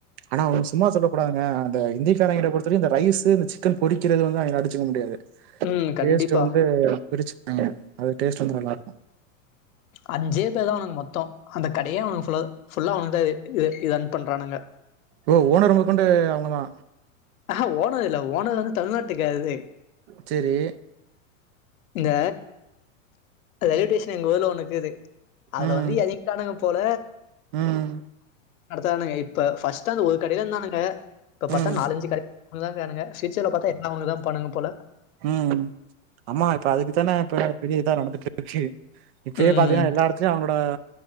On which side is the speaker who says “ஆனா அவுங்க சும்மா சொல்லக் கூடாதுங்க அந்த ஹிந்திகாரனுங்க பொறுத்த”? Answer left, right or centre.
Right